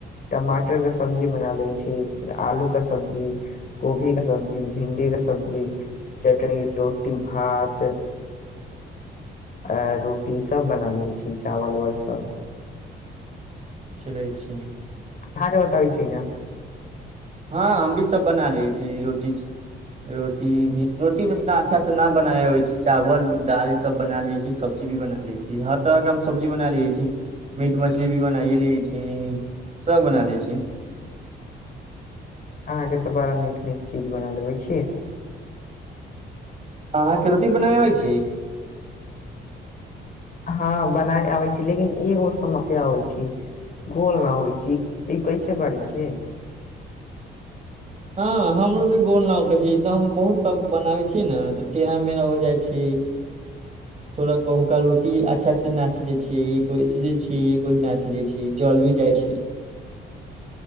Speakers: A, on the left; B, on the right.
A: टमाटरके सब्जी बना लेबै छै आलूके सब्जी कोभीके सब्जी भिंडीके सब्जी चटनी रोटी भात आ रोटीसभ बना लै छी चावल उबल सभ
B: चलै छै
A: अहाँके बताबै छी न
B: हँ हम भी सभ बना लैत छी रोटी रोटी भी रोटी तऽ उतना अच्छासँ ना बनाबे छै चावल दाल ई सभ बना लैत छी सब्जी भी बना लैत छी हर तरहकेँ हम सब्जी बना लै छी मीट मछली भी बना लैत छी सभ बना लैत छी
A: अहाँके तऽ बड़ा नीक नीक चीज सभ बना लेबैत छियै
B: अहाँके रोटी बनाबै आबैत छै
A: हँ बनाय आबै छै लेकिन एगो समस्या होइ छै गोल न होइ छै उ कैसे करै छियै
B: हँ हमरो केँ गोल न होखै छै तऽ हम बहुत प बनाबै छियै ने तऽ टेढ़ा मेढ़ा हो जाइ छै थोड़ा कहू की रोटी अच्छासँ न सिझै छियै एक को सिझै छियै एक को न सिझै छियै जल भी जाइ छै